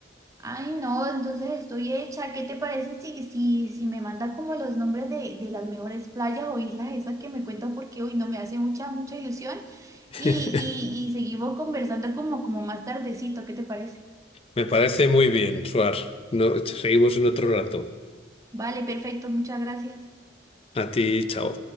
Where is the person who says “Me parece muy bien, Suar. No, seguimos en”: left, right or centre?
Left